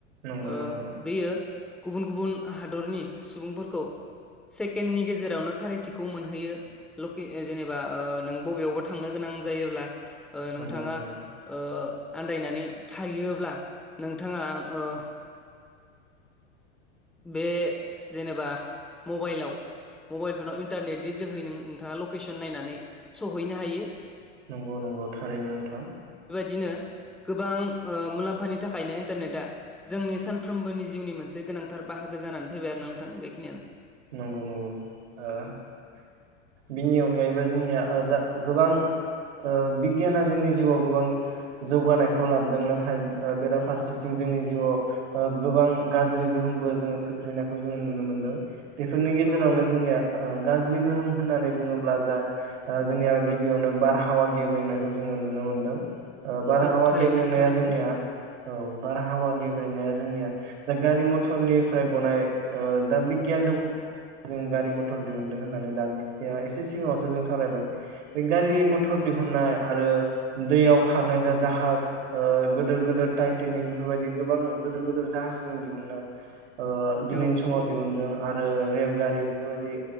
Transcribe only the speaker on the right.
नंगौ
नंगौ
नंगौ नंगौ
नंगौ नंगौ थारैनो नोंथां।
नंगौ नंगौ ओ बिनि अनगायैबो जोंनिया ओ‌ जा गोबां ओ बिगियाना जोंनि जिउआव गोबां जौगानायखौ लाबोदों नाथाय ओ बेराफारसेथिं जोंनि जिउआव ओ गोबां गाज्रि गोहोमबो जोङो खोख्लैनायखौ जोङो नुनो मोनदों। बेफोरनि गेजेरावनो
जोंनिया ओ गाज्रि गोहोम होननानै बुङोब्ला जा ओ जोंनियाव गिबियावनो बारहावा गेबेंनायखौ जोङो नुनो मोनदों। ओ बारहावा
गेबेंनाया
जोंनिया औ बारहावा गेबेंनाया जोंनिया दा गारि मथरनिफ्राय गनाय ओ दा बिगियान जुग जों गारि मथर दिहुनदों होननानै दानि सो एसे सिगाङावसो जों सावरायबाय। बे गारि
मथर दिहुननाय आरो दैयाव खारनाय जा जाहाज ओ गोदोर गोदोर टाइटेनिक बेफोरबायदि गोबां गोदोर गोदोर जाहाजनि दिहुनो ओ दिनैनि
समाव दिहुनदों आरो रेल गारि बेफोरबायदि